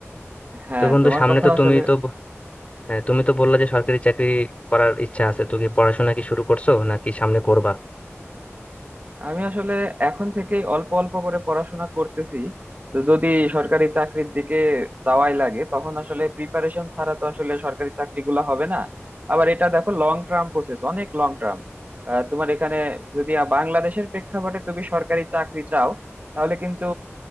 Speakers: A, on the right; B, on the left.
A: হ্যাঁ
B: তো বন্ধু
A: তোমার
B: সামনে
A: কথা
B: তো
A: আসলে
B: তুমি তো ব- হ্যাঁ, তুমি তো বললা যে সরকারি চাকরি করার ইচ্ছা আছে তুমি কি পড়াশোনা কি শুরু করছো নাকি সামনে করবা
A: আমি আসলে এখন থেকেই অল্প অল্প করে পড়াশোনা করতেছি তো যদি সরকারি চাকরির দিকে যাওয়াই লাগে তখন আসলে প্রিপারেশন ছাড়া তো আসলে সরকারি চাকরিগুলো হবে না আবার এটা দেখো লং টার্ম প্রসেস অনেক লং টার্ম তোমার এখানে যদি আ- বাংলাদেশের প্রেক্ষাপটে তুমি সরকারি চাকরি চাও তাহলে কিন্তু